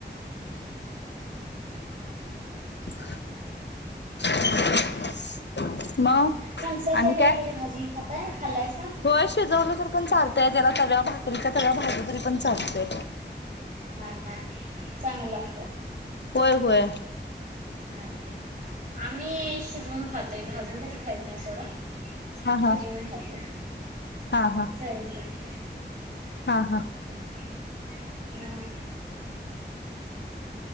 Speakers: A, on the left; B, on the right.
A: <unintelligible> मग
B: फणसाच्या
A: आणि्
B: बिया
A: काय
B: कधी भाजून खाताय खाल्लायसा
A: हो शिजवलं तरी पण चारतय त्याला तव्या भाकरीच्या तव्या भाजल्या तरी पण चारतय
B: हा हा चांगलं लागतं
A: होय होय
B: ना ह आम्ही शिजवून खातोय भाजून कधी खात नाही सोडा.
A: हा हा
B: शिजवून खात.
A: हा हा
B: जड लागतं.
A: हा हा
B: हम्म. हम्म. म